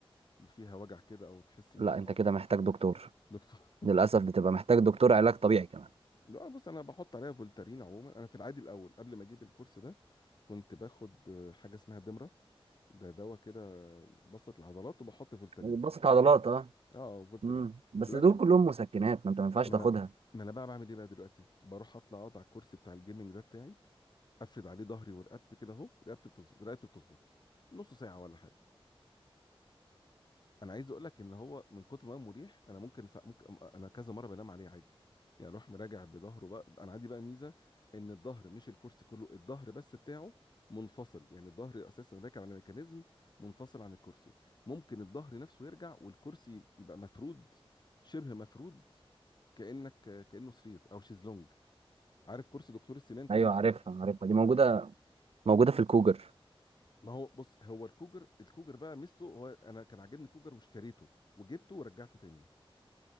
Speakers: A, on the left; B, on the right.
A: فيها وجع كده او تحس ان
B: لا
A: فيها
B: انت
A: عقم
B: كده محتاج دكتور
A: دكتور
B: للاسف بتبقى محتاج دكتور علاج طبيعي كمان
A: <laughs> لا بص انا بحط عليها فولتارين عموما انا في العادي الاول قبل ما اجيب الكورس ده كنت باخد آه، حاجه اسمها دمره ده دواء كده بسط العضلات وبحط فولتارين
B: بسط عضلات اه
A: اه فولتارين
B: امم بس
A: دلوقتي
B: دول كلهم مسكنات ما انت ما ينفعش
A: ما
B: تاخدها
A: انا ما انا بقى بعمل ايه بقى دلوقتي بروح اطلع اقعد على الكرسي بتاع الجيمنج ده بتاعي افرد عليه ظهري ورقبتي كده اهو رقبتي بتظبط رقبتي بتظبط نص ساعه ولا حاجه انا عايز اقول لك ان هو من كتر ما هو مريح انا ممكن سا... ممكن انا كذا مره بنام عليه عادي يعني اروح مراجع بظهره بقى انا عندي بقى ميزه ان الظهر مش الكرسي كله الظهر بس بتاعه منفصل يعني الظهر اساسا راكب على ميكانيزم منفصل عن الكرسي ممكن الظهر نفسه يرجع والكرسي يبقى مفرود شبه مفرود كانك كانه سرير او شيزلونج عارف كرسي دكتور السنان كده
B: ايوه عارفها عارفها دي موجوده موجوده في الكوجر
A: ما هو بص هو الكوجر الكوجر بقى ميزته هو انا كان عاجبني الكوجر واشتريته وجبته ورجعته تاني